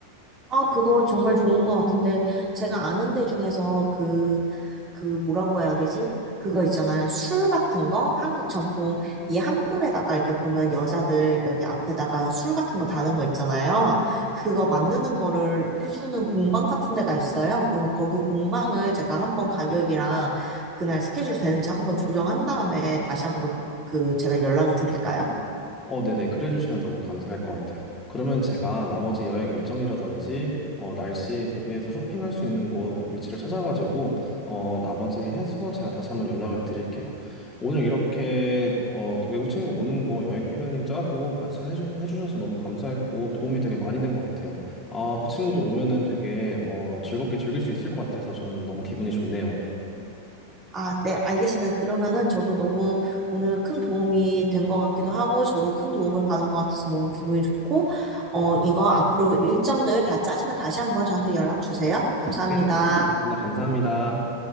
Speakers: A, on the right (about 25°); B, on the left (about 15°).
A: 아, 그거 정말 좋은 것 같은데, 제가 아는 데 중에서 그, 그 뭐라고 해야 되지? 그거 있잖아요. 술 같은 거? 한국 전통, 이 한복에다가 이렇게 보면 여자들 여기 앞에다가 술 같은 거 다는 거 있잖아요. 그거 만드는 거를 해주는 공방 같은 데가 있어요. 그러면 거기 공방을 제가 한번 가격이랑 그날 스케줄 되는지 한번 조정한 다음에 다시 한번 그 제가 연락을 드릴까요?
B: 어, 네네. 그래 주시면 너무 감사할 것 같아요. 그러면 제가 나머지 여행 일정이라든지 어, 날씨 대비해서 쇼핑할 수 있는 곳 위치를 찾아가지고 어, 나머지 해서 제가 다시 한번 연락을 드릴게요. 오늘 이렇게 어, 외국 친구 오는 거 여행 플래닝 짜고 같이 해주, 해주셔서 너무 감사했고 도움이 되게 많이 된 것 같아요. 아, 그 친구도 오면은 되게 어, 즐겁게 즐길 수 있을 것 같아서 저는 너무 기분이 좋네요, 오늘.
A: 아, 네, 알겠습니다. 그러면은 저도 너무 오늘 큰 도움이 된 것 같기도 하고, 저도 큰 도움을 받은 것 같아서 너무 기분이 좋고, 어, 이거 앞으로 일정들 다 짜시면 다시 한번 저한테 연락 주세요. 감사합니다.
B: 네, 여행 끝나 감사합니다.